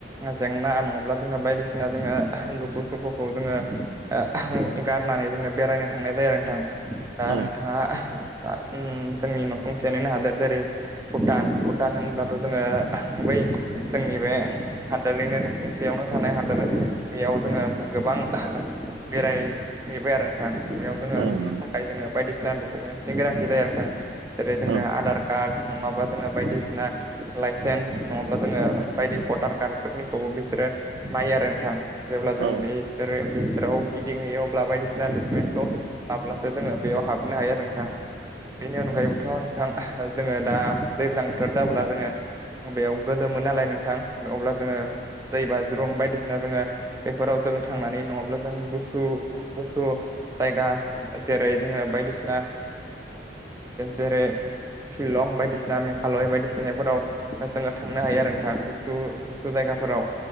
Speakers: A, on the right (about 15°); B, on the right (about 85°).
A: जेंना नङाब्ला जोङो बायदि सिना जोङो दुखु सुखुखौ जोङो ओ गारनानै जोङो बेरायनो थांनाय जाया नोंथां दा
B: औ
A: नोंथाङा आ उम जोंनि न'सुंसेनिनो हादोर जेरै भुटान भुटान होनब्लाथ' जोङो बै जोंनि बे हादोरनिनो न'सिुंसेयावनो थानाय हा दर बेयाव जोङो गोबां बेरायहैबाय आरो नोंथां बेयाव जोङो
B: औ
A: थांनो
B: नंगौ
A: थाखाय जोङो बायदिसिना डकुमेन्टसनि गोनांथि जायो नोंथां जेरै जोंङो
B: औ
A: आधार कार्ड नङाबा जोङो बायदि सिना लाइसेन्स नङाब्ला जोङो बायदि भटार कार्ड फोरनिखौबो बिसोरो नायो आरो नोंथां जेब्ला जों
B: औ
A: बिसोरो बिसोराव गि दिंहैयो अब्ला बायदिसिना डकुमेन्टसखौ लाब्लासो जोङो बेयाव हाबोनो हायो आरो नोंथां बेनि अनगायैबोथ' नोंथां जोङो दा दैज्लां बोथोर जाब्ला जोङो बेयाव गोलोम मोन नालाय नोंथां अब्ला जोङो दै बा ज्रुम बायदिसिना जोङो बेफोराव जों थांनानै नङाब्ला जों गुसु गुसु जायगा जेरै जोङो बायदिसिना जेरै शिलं बायदिसिना मेघालय बायदिसिनाफोराव जोङो थांनो हायो आरो नोंथां गुस गुसु जाय गाफोराव